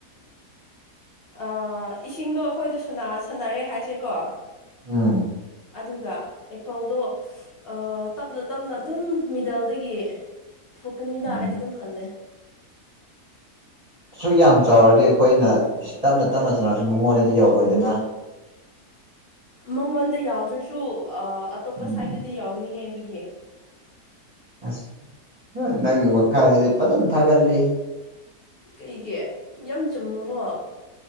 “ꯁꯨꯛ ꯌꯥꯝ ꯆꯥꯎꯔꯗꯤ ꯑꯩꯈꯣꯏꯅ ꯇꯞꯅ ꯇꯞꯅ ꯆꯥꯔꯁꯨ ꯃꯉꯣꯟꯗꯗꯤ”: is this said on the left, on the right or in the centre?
Right